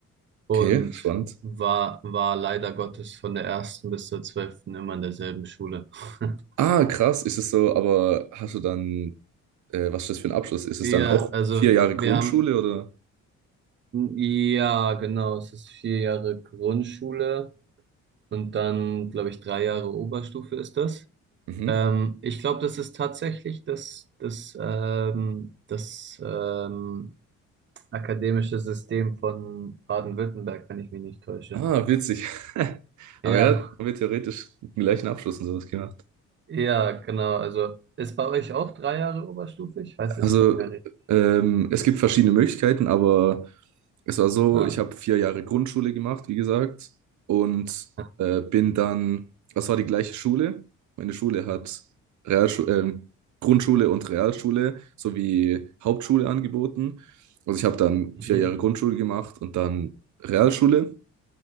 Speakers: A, on the right; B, on the right.
A: und
B: Okay, spannend.
A: war, war leider Gottes von der ersten bis zur zwölften immer in derselben Schule. <laughs>
B: Ah, krass, ist es so, aber hast du dann, äh, was ist das für ein Abschluss? Ist
A: Wir,
B: es dann auch
A: also
B: vier Jahre
A: wir
B: Grundschule
A: haben,
B: oder?
A: ja, genau, es ist vier Jahre Grundschule und dann, glaube ich, drei Jahre Oberstufe ist das.
B: Mhm.
A: Ähm, ich glaube, das ist tatsächlich das, das, ähm, das ähm, Akademisches System von Baden-Württemberg, wenn ich mich nicht täusche.
B: Ah, witzig. <laughs> Aber
A: Ja,
B: ja, haben wir theoretisch den gleichen Abschluss und sowas gemacht.
A: ja, genau. Also ist bei euch auch drei Jahre Oberstufe? Ich weiß es
B: Also,
A: nicht mehr. richtig.
B: ähm, es gibt verschiedene Möglichkeiten, aber es war so,
A: Ah.
B: ich habe vier Jahre Grundschule gemacht, wie gesagt, und
A: ja.
B: äh, bin dann, das war die gleiche Schule. Meine Schule hat Realschu ähm, Grundschule und Realschule sowie Hauptschule angeboten. Also ich habe dann
A: Mhm.
B: vier Jahre Grundschule gemacht und dann Realschule.